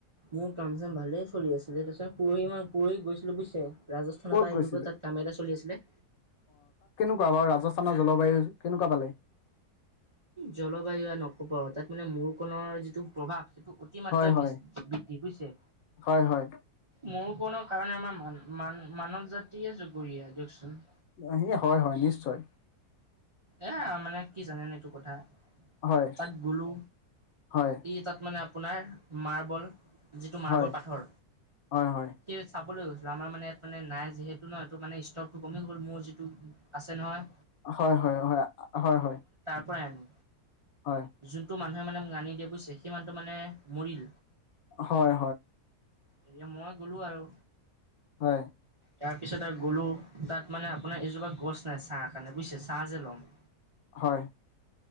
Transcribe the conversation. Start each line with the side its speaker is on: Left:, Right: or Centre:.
Right: মোৰ কাম চাম ভালেই চলি আছিলে তাৰপিছত পৰহি ম‌ই পৰহি গৈছিলো বুজিছে। ৰাজস্থানৰ
Left: ক'ত
Right: পৰা
Left: গৈছিলে
Right: আহিলোগৈ তাত কাম এল চলি আছিলে।
Left: কোৱা বাও ৰাজস্থানৰ জলবায়ু কেনেকুৱা পালে?
Right: জলবায়ু আৰু নকবা তাত মানে ম‌ওকণৰ যিটো প্ৰভাৱ টো অতিমাত্ৰাই
Left: হয় হয়
Right: বৃদ্ধি বুইজছে,
Left: হয় হয়
Right: মৰুকৰণৰ কাৰণে আমাৰ মান- মান মানৱ জাতিয়ে জগৰীয়া দিয়কচোন।
Left: সি হয় হয় নিশ্চয়
Right: এয়াও মানে কি জানেনে এইটো? কথা
Left: হয়
Right: তাত গলো
Left: হয়
Right: ই তাত মানে আ- আপোনাৰ মাৰ্বল- যিটো মাৰ্বল
Left: হয়
Right: পাথৰ,
Left: হয় হয়
Right: সেই চ- গৈছিল আমাৰ মানে ইয়াত মানে নাই যিহেতু ন, এই মানে ষ্টকটো কমি গ'ল মোৰ যিটো- আছে নহয়
Left: হয় হয় হয়। হয় হয়।
Right: পৱাইনো
Left: হয়
Right: যোনটো মানে হয় মানে মোক আনি দিয়ে বুইছে, কিমানটো মানে মৰিল,
Left: হয় হয়
Right: এতিয়া মই গ'লো আৰু।
Left: হয়।
Right: তাৰপিছত আৰু গ'লো, তাত মানে আপোনাৰ এজোপা গছ নাই ছাহ কাৰণে বুইছে, ছাহ যে ল'ম
Left: হয়।